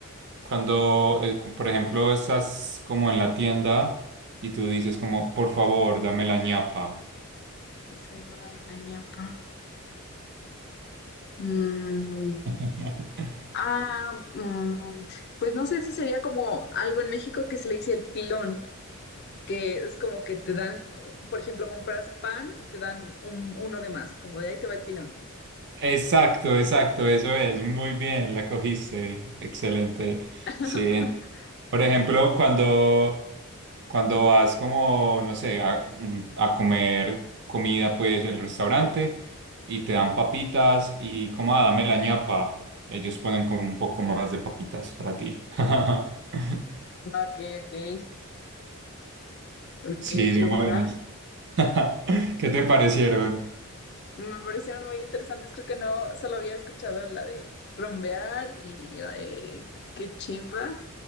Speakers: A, on the right; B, on the left.
A: Cuando, eh, cu- por ejemplo, estás como en la tienda y tú dices como, por favor, dame la ñapa.
B: Por favor, dame la ñapa. Mm,
A: <laughs>
B: Ah, mm, pues no sé si sería como algo en México que se le dice el pilón, que es como que te dan, por ejemplo, compras pan y te dan un, uno de más, como de ahí te va el pilón.
A: Exacto, exacto, eso es, muy bien, la cogiste, excelente. Sí,
B: <laughs>
A: en- por ejemplo, cuando, cuando vas como, no sé, a, un- a comer comida, pues, el restaurante, y te dan papitas y como, ah, dame la ñapa, ellos ponen como un poco más de papitas para ti. <laughs>
B: Ok, ok, ok,
A: Sí,
B: qué
A: son
B: buena.
A: buenas. <laughs> ¿Qué te parecieron?
B: Me parecieron muy interesantes, creo que no solo había escuchado la de rompear y la de qué chimba.